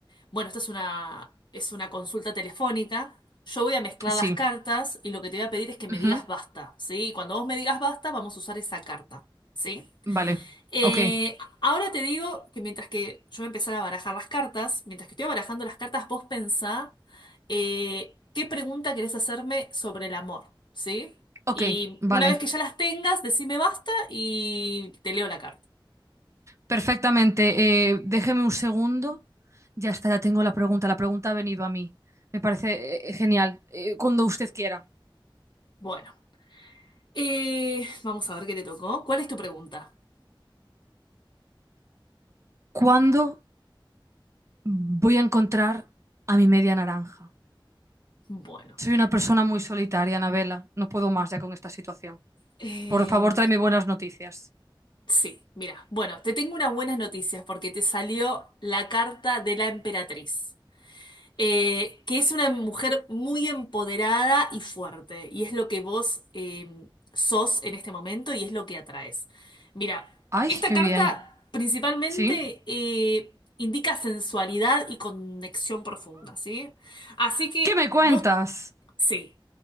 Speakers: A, on the left (about 60°); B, on the right (about 35°).
A: bueno, esta es una, es una consulta telefónica. Yo voy a mezclar
B: Sí.
A: las cartas y lo que te voy a pedir es que me
B: Ujú.
A: digas basta, ¿sí? Y cuando vos me digas basta, vamos a usar esa carta, ¿sí?
B: Vale.
A: Eh,
B: Ok.
A: ahora te digo que mientras que yo voy a empezar a barajar las cartas, mientras que estoy barajando las cartas, vos pensá eh, qué pregunta querés hacerme sobre el amor, ¿sí?
B: Ok,
A: Y
B: vale.
A: una vez que ya las tengas, decime basta y te leo la carta.
B: Perfectamente. Eh, déjeme un segundo. Ya está, ya tengo la pregunta. La pregunta ha venido a mí. Me parece eh, genial. Eh, cuando usted quiera.
A: Bueno. Eh, vamos a ver qué te tocó. ¿Cuál es tu pregunta?
B: ¿Cuándo voy a encontrar a mi media naranja?
A: Bueno.
B: Soy una persona muy solitaria, Anabela. No puedo más ya con esta situación.
A: eh,
B: Por favor, tráeme buenas noticias.
A: sí, mira. Bueno, te tengo unas buenas noticias porque te salió la carta de la emperatriz, eh, que es una mujer muy empoderada y fuerte, y es lo que vos eh, sos en este momento y es lo que atraes. Mira,
B: Ay,
A: esta
B: qué
A: carta
B: bien.
A: principalmente
B: ¿Sí?
A: eh, indica sensualidad y conexión profunda, ¿sí? Así que
B: ¿Qué me cuentas?
A: vos Sí.